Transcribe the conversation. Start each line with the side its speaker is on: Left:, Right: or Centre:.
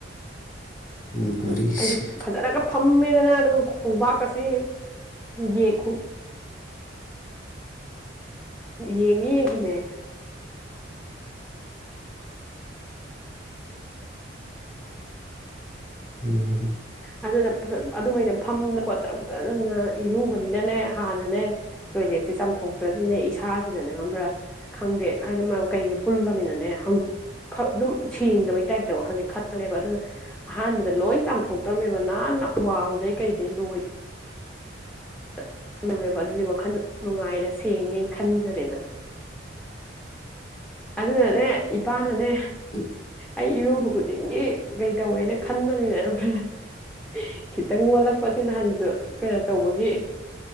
Left: <unintelligible>
Centre: ꯑꯩꯗꯤ ꯐꯖꯅꯒ ꯐꯝꯃꯦꯗꯅ ꯑꯗꯨꯒ ꯈꯣꯡꯕꯥꯛ ꯑꯁꯤ ꯌꯦꯡ ꯌꯦꯡꯉꯤ ꯌꯦꯡꯉꯤꯅꯦ
Left: ꯎꯝ
Centre: ꯑꯗꯨꯅ ꯐꯖꯅ ꯑꯗꯨꯃꯥꯏꯅ ꯐꯝꯗ ꯈꯣꯠꯇꯅ ꯐꯖꯅ ꯏꯔꯨꯕꯅꯤꯅꯅꯦ ꯍꯥꯟꯅꯅꯦ ꯇꯣꯏꯂꯦꯠꯁꯦ ꯆꯥꯝꯊꯣꯛꯇ꯭ꯔꯗꯤꯅꯦ ꯏꯁꯥꯁꯤꯗꯅꯦ ꯈꯪꯝꯕ꯭ꯔꯥ ꯈꯪꯗꯦ ꯍꯥꯏꯗꯤ ꯃ ꯀꯩꯒꯤ ꯄꯨꯜꯂꯃꯤꯅꯅꯦ ꯍꯪ ꯈꯪ ꯑꯗꯨꯝ ꯁꯦꯡꯗꯕꯩ ꯇꯥꯏꯞꯇꯕ ꯋꯥꯈꯟꯁꯦ ꯈꯜꯂꯦꯕ ꯑꯗꯨꯅ ꯑꯍꯥꯟꯕꯗ ꯂꯣꯏ ꯆꯥꯝꯊꯣꯛ ꯇꯧꯝꯃꯦꯕ ꯅꯥꯟꯅ ꯋꯥꯜꯗꯩ ꯀꯩꯗꯩ ꯂꯣꯏ <unintelligible> ꯃꯦꯕ ꯑꯗꯨꯗꯤ ꯋꯥꯈꯜꯗ ꯅꯨꯡꯉꯥꯏꯔꯦ ꯁꯦꯡꯉꯦꯅ ꯈꯟꯖꯔꯦꯗꯅꯥ ꯑꯗꯨꯅꯅꯦ ꯏꯄꯥꯅꯅꯦ
Left: <unintelligible>
Centre: ꯑꯩ ꯏꯔꯨꯕ ꯈꯨꯗꯤꯡꯒꯤ ꯀꯩ ꯇꯧꯋꯦꯅ ꯈꯟꯕ ꯅꯤꯅ <unintelligible> ꯈꯤꯇꯪ ꯈꯤꯇꯪ ꯑꯣꯜꯂꯛꯄꯁꯦ ꯅꯍꯥꯟꯖꯨ ꯄꯦꯔꯠ ꯇꯧꯕꯒꯤ